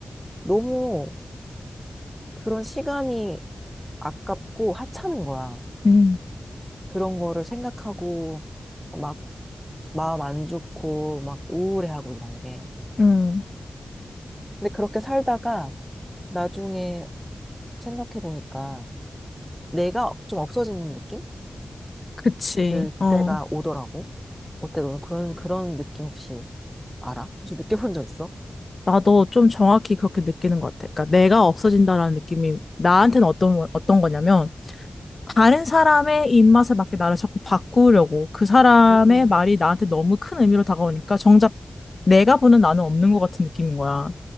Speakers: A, in the centre; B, on the left (about 50°).
A: 너무 그런 시간이 아깝고 하찮은 거야.
B: 음,
A: 그런 거를 생각하고 막 마음 안 좋고 막 우울해하고 이런 게.
B: 음.
A: 근데 그렇게 살다가 나중에 생각해 보니까 내가 좀 없어지는 느낌이
B: 그치.
A: 들
B: 어.
A: 때가 오더라고. 어때? 너는 그런, 그런 느낌 혹시 알아? 혹시 느껴본 적 있어?
B: 나도 좀 정확히 그렇게 느끼는 것 같아. 그러니까 내가 없어진다라는 느낌이 나한테는 어떤, 어떤 거냐면 다른 사람의 입맛에 맞게 나를 자꾸 바꾸려고 그 사람의
A: 음,
B: 말이 나한테 너무 큰 의미로 다가오니까 정작 내가 보는 나는 없는 것 같은 느낌인 거야.